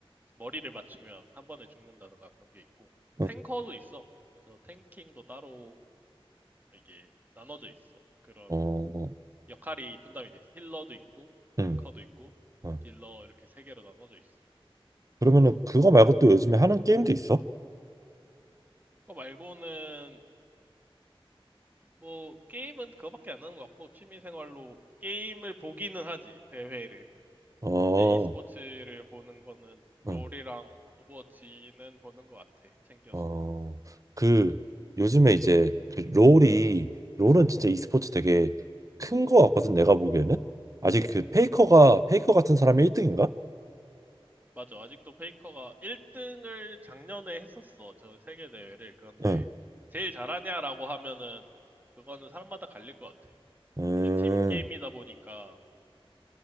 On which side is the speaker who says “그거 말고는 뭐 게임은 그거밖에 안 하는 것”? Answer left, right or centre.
Right